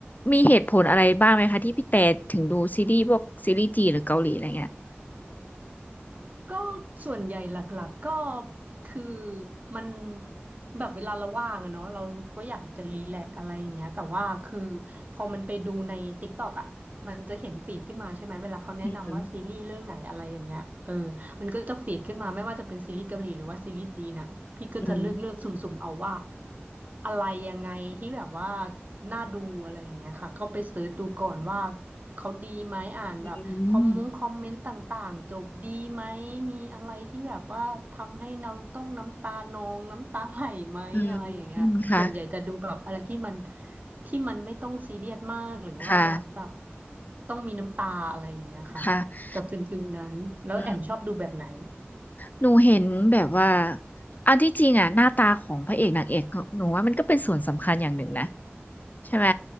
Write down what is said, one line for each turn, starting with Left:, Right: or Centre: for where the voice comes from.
Left: มีเหตุผลอะไรบ้างไหมคะที่พี่แต่ถึงดูซีรีส์พวกซีรีส์จีนหรือเกาหลีอะไรเงี้ย
Right: ก็ส่วนใหญ่หลักๆก็คือมันแบบเวลาเราว่างอะเนาะเราก็อยากจะรีแลกซ์อะไรอย่างเงี้ยแต่ว่าคือพอมันไปดูใน TikTok อะมันจะเห็นฟีดขึ้นมาใช่ไหมเวลาเขาแนะนำว่าซีรีส์เรื่องไหนอะไรอย่างเงี้ยเออมันก็จะฟีดขึ้นมาไม่ว่าจะเป็นซีรีส์เกาหลีหรือว่าซีรีส์จีนอะพี่ก็จะเลือกเลือกสุ่มๆเอาว่า
Left: อืมอืม
Right: อะไรยังไงที่แบบว่าน่าดูอะไรอย่างเงี้ยค่ะก็ไปเสิร์ชดูก่อนว่าเขาดีไหมอ่านแบบ
Left: อื
Right: คอมมงคอมเมนต์ต่างๆจบดีไหมมีอะไรที่แบบว่าทำให้เราต้องน้ำตานองน้ำตาไหลไหมอะไรอย่างเงี้ยส่วนใหญ่จะดูแบบอะไรที่มัน
Left: มอืมอืมค่ะ
Right: ที่มันไม่ต้องซีเรียสมากหรือว่าแบบ
Left: ค่ะ
Right: ต้องมีน้ำตาอะไรอย่างเงี้ยค่ะ
Left: ค่ะ
Right: จะเป็นฟิลนั้นแล้วแอมชอบดูแบบไหน
Left: อืมหนูเห็นแบบว่าอันที่จริงอะหน้าตาของพระเอกนางเอกหนูว่ามันก็เป็นส่วนสำคัญอย่างหนึ่งนะ ใช่ไหม